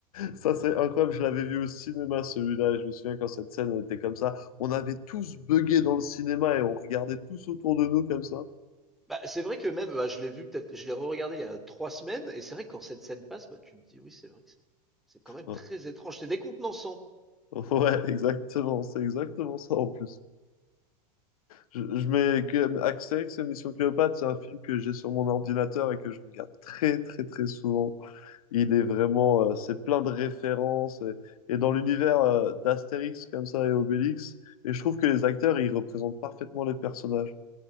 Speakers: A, on the left; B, in the centre.
A: Ça, c'est incroyable. Je l'avais vu au cinéma, celui-là. Et je me souviens quand cette scène elle était comme ça. On avait tous buggé dans le cinéma et on regardait tous autour de nous comme ça.
B: Bah, c'est vrai que même, bah, je l'ai vu peut-être, je l'ai re-regardé il y a trois semaines, et c'est vrai que quand cette scène passe, bah, tu te dis oui, c'est vrai que c'est, c'est quand même
A: Ouais,
B: très étrange, c'est décontenançant.
A: <laughs> ouais, exactement. C'est exactement ça en plus. Je, je mets que Astérix et Mission Cléopâtre, c'est un film que j'ai sur mon ordinateur et que je regarde très très très souvent. Il est vraiment, euh, c'est plein de références et, et dans l'univers euh, d'Astérix comme ça et Obélix. Et je trouve que les acteurs, ils représentent parfaitement les personnages.